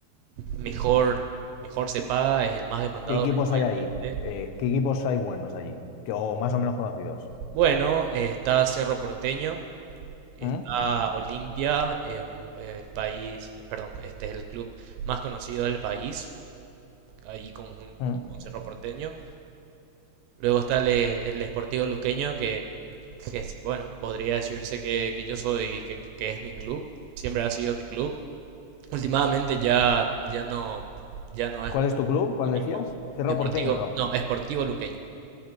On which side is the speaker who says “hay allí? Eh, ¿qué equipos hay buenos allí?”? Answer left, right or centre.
Left